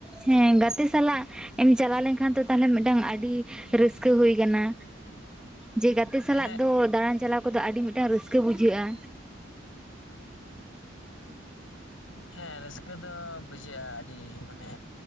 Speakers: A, in the centre; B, on the left.
A: ᱦᱮᱸ ᱜᱟᱛᱮ ᱥᱟᱞᱟᱜ ᱮᱢ ᱪᱟᱞᱟᱣ ᱞᱮᱱᱠᱷᱟᱱ ᱛᱚ ᱛᱟᱦᱚᱞᱮ ᱢᱤᱫᱴᱟᱝ ᱟᱹᱰᱤ ᱨᱟᱹᱥᱠᱟᱹ ᱦᱩᱭ ᱠᱟᱱᱟ᱾ ᱡᱮ ᱜᱟᱛᱮ ᱥᱟᱞᱟᱜ
B: ᱦᱮᱸ
A: ᱫᱚ ᱫᱟᱬᱟᱱ ᱪᱟᱞᱟᱣ ᱠᱚᱫᱚ ᱟᱹᱰᱤ ᱢᱤᱫᱴᱟᱝ ᱨᱟᱹᱥᱠᱟᱹ ᱵᱩᱡᱷᱟᱹᱜ-ᱟ᱾
B: ᱦᱮᱸ ᱨᱟᱹᱥᱠᱟᱹ ᱫᱚ ᱵᱩᱡᱷᱟᱹᱜ-ᱟ ᱟᱹᱰᱤ ᱢᱟᱱᱮ